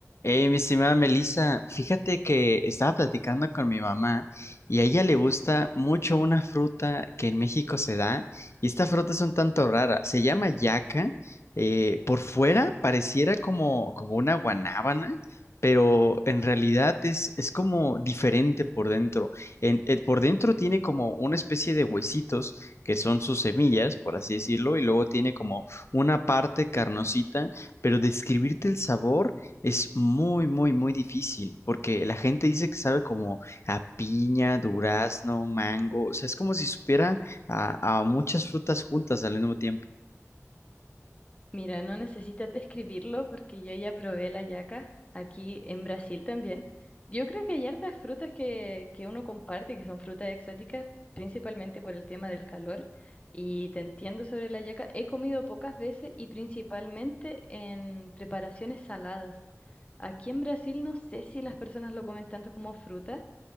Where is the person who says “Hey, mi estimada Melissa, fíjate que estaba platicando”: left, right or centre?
Left